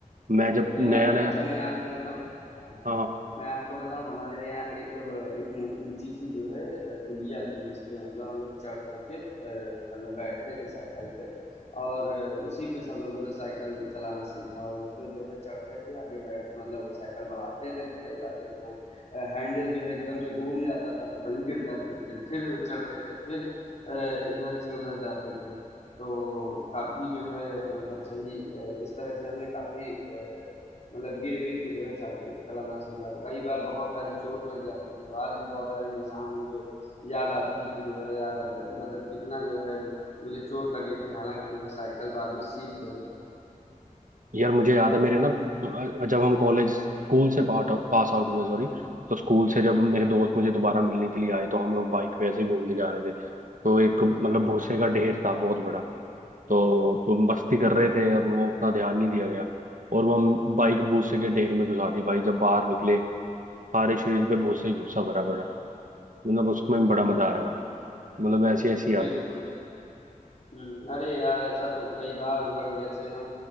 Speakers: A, on the right; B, on the left.
A: मैं जब
B: ये
A: नया
B: बात
A: नया
B: तो अच्छा मैं आपको बताऊँ हाँ, हाँ।
A: हाँ हाँ।
B: मैं आपको बताऊँ हमारे यहाँ एक एक मो- ऊंची सी जो है अ, पुलिया थी जिस पे मतलब हम लोग चढ़ करके अ, मतलब बैठते थे साइकिल पे और अ, उसी पे सब लोगों ने साइकिल चलाना सीखा और उस पर जो है चढ़ करके आगे बैठ मतलब साइकिल बढ़ाते थे तो कई बार जब वो अ, हैंडल जो है एकदम से घूम जाता था तो वहीं गिर जाते थे फिर चढ़ते थे फिर अ, इधर से उधर जाते थे तो काफी जो है मतलब सही अ, इस तरह से हमने काफी मतलब गिर गिर के जो है साइकिल चलाना सीखा तो कई बार बहुत सारी चोट लग जाती थी तो आज भी बहुत सारे निशान हैं जो याद आती कि जो है यार मतलब कितना जो है मुझे चोट लगी थी हालांकि जो है साइकिल बाद में सीख गए थे
A: यार मुझे याद है मेरे ना अ, जब हम कॉलेज स्कूल से पास पास आउट हुए सॉरी तो स्कूल से जब मेरे दोस्त मुझे दोबारा मिलने के लिए आए तो हम लोग बाइक पे ऐसे ही घूमने जा रहे थे तो एक मतलब भूसे का ढेर था बहुत बड़ा तो तुम मस्ती कर रहे थे अब वो उतना ध्यान नहीं दिया गया और वो हम बाइक भूसे के ढेर में घुसा दी भाई जब बाहर निकले सारे शरीर पे भूसा ही भूसा भरा पड़ा है मतलब उसमें बड़ा मजा आया भाई मतलब ऐसी ऐसी यादें
B: बिल्कुल हुँ, अरे यार ऐसा तो कई बार हुआ कि जैसे हम